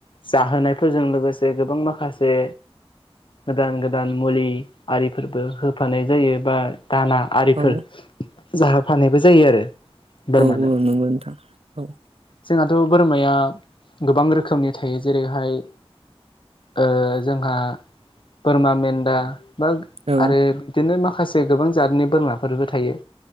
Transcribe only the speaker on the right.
औ
औ औ नंगौ नोंथां औ।
औ